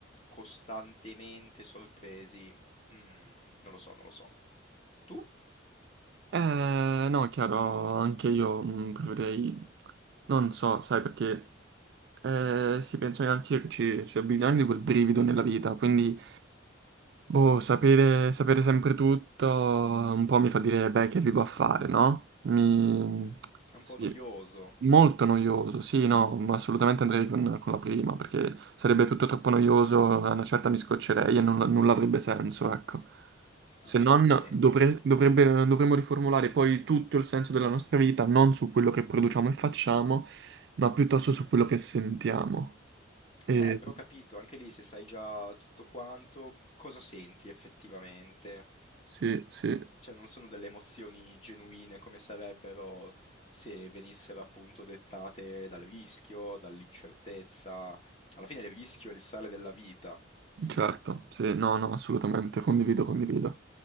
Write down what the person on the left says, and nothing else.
costantemente sorpresi, mm, non lo so, non lo so. Tu?
Mm, è un
po' noioso,
assolutamente.
Eh, però ho capito, anche lì se sai già tutto quanto, cosa senti effettivamente?
Cioè, non sono delle emozioni genuine come sarebbero se venissero appunto dettate dal rischio, dall'incertezza. Alla fine il rischio è il sale della vita.
<laughs>